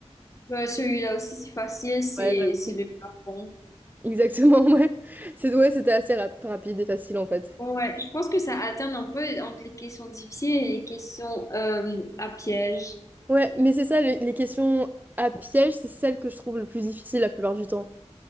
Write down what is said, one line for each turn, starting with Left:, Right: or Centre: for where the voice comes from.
Left: Ouais, celui-là aussi, c'est facile, c'est,
Right: Ouais, j'avoue.
Left: c'est le Japon.
Right: Exactement, <laughs> ouais. C'est, ouais, c'était assez rap- rapide et facile en fait.
Left: Ouais, je pense que ça alterne un peu entre les questions difficiles et les questions euh, à piège.
Right: Ouais, mais c'est ça, les, les questions à piège, c'est celles que je trouve le plus difficile la plupart du temps.